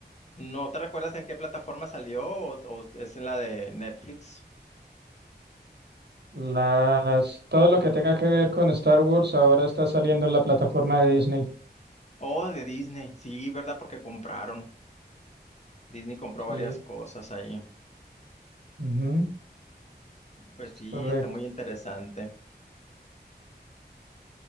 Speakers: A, on the left (about 40°); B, on the right (about 75°).
A: ¿No te recuerdas en qué plataforma salió o, o es en la de Netflix
B: Las, todo lo que tenga que ver con Star Wars ahora está saliendo en la plataforma de Disney.
A: o de Disney? Sí, ¿verdad? Porque compraron. Disney compró
B: Sí,
A: varias cosas ahí.
B: ujú,
A: Pues
B: es
A: sí,
B: correcto.
A: está muy interesante.